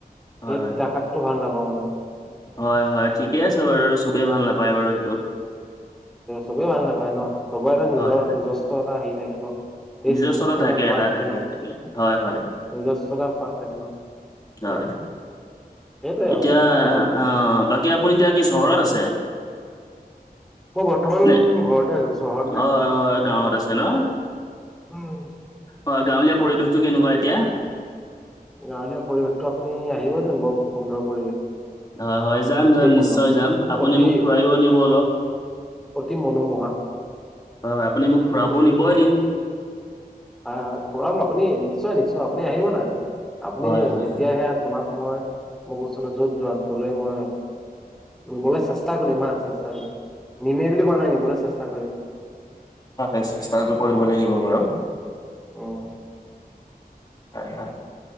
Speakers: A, on the left; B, in the centre.
A: হয়
B: এই তিতা
A: হয়
B: শাকটো ভাল নাপাওঁ মানে মই।
A: হয় হয় ঠিকে আছে বাৰু চবেই ভাল নাপায় বাৰু সেইটো।
B: চবেই ভাল নাপায় ন চবৰে এটা নিজৰ
A: হয়।
B: নিজস্ব এটা হেৰি থাকে ন। টেষ্ট
A: নিজস্বতা
B: থ মানে সোৱাদ
A: এটা
B: থাকে ন
A: হয় হয়
B: নিজস্বতা সোৱাদ থাকে ন।
A: হয়।
B: সেইটোৱে
A: এতিয়া
B: আৰু।
A: অঁ, বাকী আপুনি এতিয়া কি চহৰত আছে?
B: মই বৰ্তমান
A: নে
B: ঘৰতে আছো চহৰত নাই।
A: হৈ হৈ গাঁৱত আছে ন?
B: উম,
A: হয়, গাঁৱলীয়া পৰিৱেশতটো কেনেকুৱা এতিয়া?
B: গাঁৱলীয়া পৰিৱেশটো আপুনি আহিব দেন বৰ সুন্দৰ পৰিৱেশ।
A: হয়, হয় যাম
B: অতি
A: যাম
B: সুন্দৰ।
A: নিশ্চয় যাম আপুনি
B: অতি
A: মোক ফুৰাইও আনিব অলপ।
B: অতি মনোমোহা।
A: হয়, হয় আপুনি মোক ফুৰাবও নিব এদিন।
B: হয় হয় ফুৰাম আপুনি নিশ্চয় নিশ্চয় আপুনি আহিব না আপুনি
A: হয় হয়
B: যেতিয়া আহে তোমাক মই কৈছোঁ ন যত যোৱা তলৈ মই নিবলৈ চেষ্টা চেষ্টা কৰিম হা চেষ্টা কৰিম নিমেই বুলি কোৱা নাই, নিবলে চেষ্টা কৰিম।
A: হয় চেষ্টাটো কৰিব লাগিব বাৰু।
B: উম,
A: হয় হয়